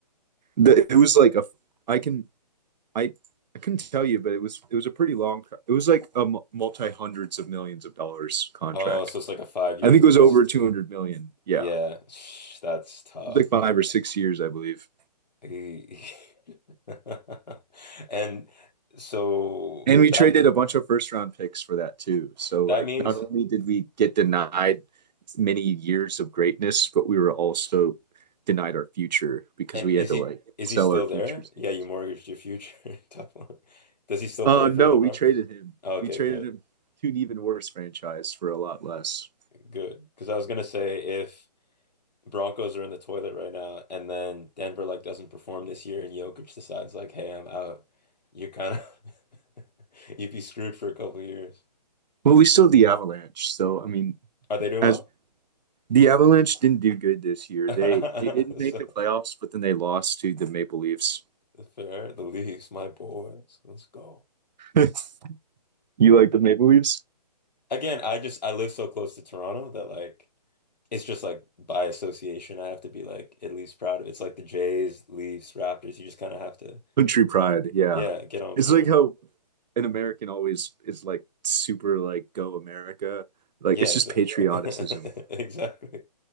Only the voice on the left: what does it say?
Oh, so it's like a five year
at
least.
Yeah,
Shh, that's tough,
dude.
Eh. <laughs> And so
that
that
means
And
is
he
is
he still
there?
Yeah, you mortgaged your future. <laughs> Tough one. Does he still
play for
the
Broncos?
Okay,
good,
good. Because I was gonna say if Broncos are in the toilet right now, and then Denver like doesn't perform this year, and Jokic decides like, hey, I'm out, you're kind of <laughs> you'd be screwed for a couple years.
Are they doing
well?
<laughs>
So fair, the Leafs, my boys. Let's go.
Again, I just I live so close to Toronto that like. it's just like by association, I have to be like at least proud of it. It's like the Jays, Leafs, Raptors. You just kind of have to,
yeah, get on
board.
Yeah,
exactly.
<laughs> Exactly.